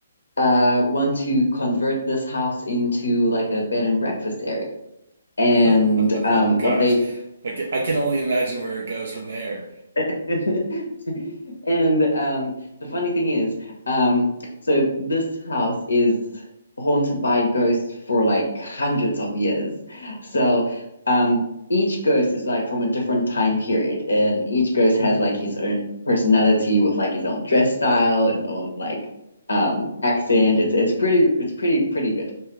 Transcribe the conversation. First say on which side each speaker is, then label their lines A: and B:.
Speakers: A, on the left; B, on the right.
A: uh want to convert this house into like a bed and breakfast area. And
B: <laughs>
A: um,
B: Oh gosh,
A: what they
B: I ca- I can only imagine where it goes from there.
A: <laughs> And um, the funny thing is, um, so this house is haunted by ghosts for like hundreds of years. So um, each ghost is like from a different time period, and each ghost has like his own personality with like his own dress style and own like um, accent. It's it's pretty it's pretty pretty good.